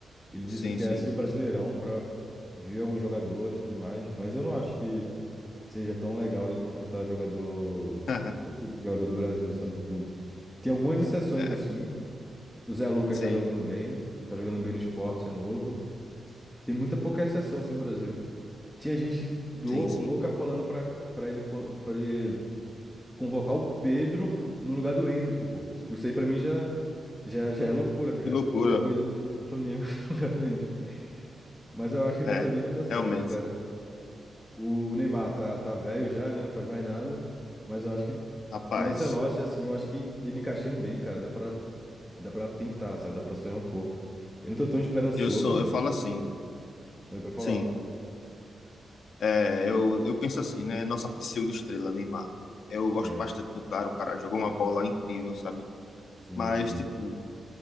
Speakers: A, in the centre; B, on the left.
A: Ele disse
B: sim,
A: que quer
B: sim.
A: assistir o Brasileirão pra ver alguns jogadores e tudo mais, mas eu não acho que seja tão legal ele contratar jogador
B: <laughs>
A: ou subjogador do Brasil, sabe? Tipo, tem algumas exceções
B: É,
A: assim. O Zé Lucas
B: sim,
A: tá jogando bem, tá jogando bem no Sport, é novo. Tem muita pouca exceção assim no Brasil. Tinha gente lou-
B: sim, sim.
A: louca falando pra, pra ele para ele convocar o Pedro no lugar do Endrick, pô. Tipo, isso aí pra mim já já, já é loucura, tá ligado?
B: Que loucura.
A: Colocar o Pedro do Fl- do Flamengo <laughs> no lugar do Endrick. Mas eu acho que
B: É,
A: dessa vez vai dar certo,
B: realmente.
A: cara. O, o Neymar tá, tá velho já, né? Não faz mais nada. Mas eu acho que
B: Rapaz,
A: com o Ancelotti, assim, eu acho que ele encaixando bem, cara, dá pra, dá pra tentar, sabe? Dá pra sonhar um pouco. Eu não tô tão esperançoso.
B: eu sou, eu falo assim.
A: Aí pra falar.
B: Sim. É, eu, eu penso assim, né? Nossa pseudo-estrela, Neymar. Eu gosto
A: É,
B: bastante do cara, o cara jogou uma bola incrível, sabe?
A: sim,
B: Mas,
A: sim,
B: tipo,